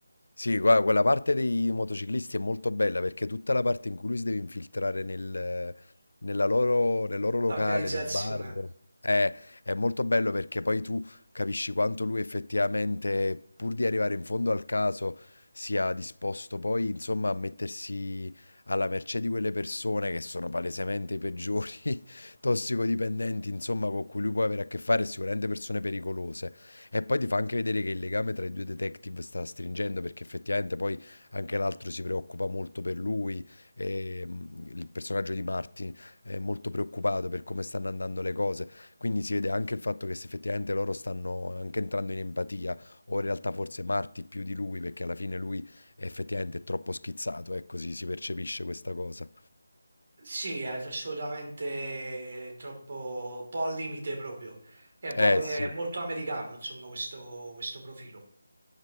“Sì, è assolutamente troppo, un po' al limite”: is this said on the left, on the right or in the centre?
Right